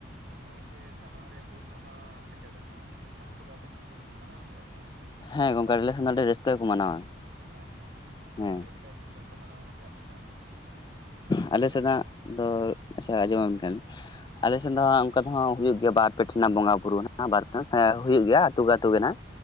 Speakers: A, on the right; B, on the left.
A: ᱱᱚᱜᱼ ᱚᱭ ᱡᱮ ᱥᱟᱢᱟᱝ ᱨᱮ ᱦᱩᱞ ᱢᱟᱦᱟ ᱥᱮᱴᱮᱨᱚᱜ ᱠᱟᱱᱟ ᱦᱩᱞ ᱢᱟᱦᱟ <unintelligible> ᱫᱚ ᱟᱯᱮᱥᱮᱫ ᱠᱚ ᱢᱟᱱᱟᱣ ᱜᱮᱭᱟ ᱥᱮ ᱵᱟᱝ
B: ᱦᱮᱸ ᱜᱚᱢᱠᱮ ᱟᱞᱮ ᱥᱟᱱ ᱟᱹᱰᱤ ᱨᱟᱹᱥᱠᱟᱹ ᱠᱚ ᱢᱟᱱᱟᱣᱟ
A: ᱟᱪᱪᱷᱟ
B: ᱦᱮᱸ
A: ᱪᱮᱫ ᱞᱮᱠᱟ ᱥᱤᱥᱴᱮᱢ ᱠᱚ ᱢᱟᱱᱟᱣᱟ ᱢᱟᱥᱮ ᱟᱯᱮ ᱥᱮᱱᱟᱜ ᱠᱟᱹᱡ
B: ᱟᱞᱮ
A: ᱞᱟᱹᱭ
B: ᱥᱮᱱᱟᱜ
A: ᱟᱸᱡᱚᱢ ᱟᱞᱟᱝ ᱢᱮ ᱦᱮᱸ
B: ᱟᱪᱪᱷᱟ ᱟᱸᱡᱚᱢ ᱟᱢ <unintelligible> ᱟᱞᱮᱥᱮᱫ ᱫᱚ ᱚᱱᱠᱟ ᱫᱚᱦ ᱦᱩᱭᱩᱜ ᱜᱮᱭᱟ ᱵᱟᱨ ᱯᱮᱴ ᱨᱮᱱᱟᱜ ᱵᱚᱸᱜᱟ ᱵᱩᱨᱩ <unintelligible> ᱦᱩᱭᱩᱜ ᱜᱮᱭᱟ ᱟᱹᱛᱩ ᱟᱹᱛᱩ ᱜᱮ ᱱᱟᱦᱟᱜ